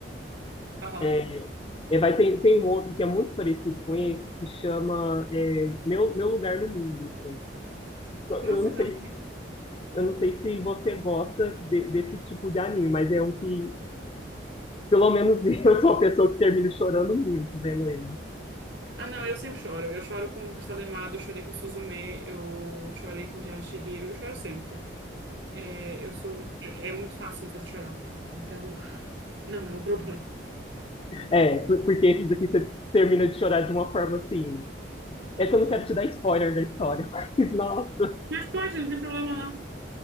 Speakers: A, on the right; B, on the left.
A: Aham.
B: É, é, vai, ter tem um outro que é muito parecido com esse, que chama é, Meu, Meu Lugar no Mundo, assim. Só-
A: Nossa,
B: Eu não
A: que
B: sei
A: não
B: se, eu não sei se você gosta de- desse tipo de anime, mas é um que, pelo menos <laughs> eu sou uma pessoa que termina chorando muito vendo ele.
A: Ah, não, eu sempre choro. Eu choro com Castelo Animado, eu chorei com Suzume, eu chorei com Viagem de Chihiro, eu choro sempre. É, eu sou, é muito fácil me fazer chorar. Então, <laughs> não é um problema.
B: É, por- porque esses aqui você termina de chorar de uma forma assim. É que eu não quero te dar spoiler da história, <laughs> mas nossa.
A: Mas pode, não tem problema não.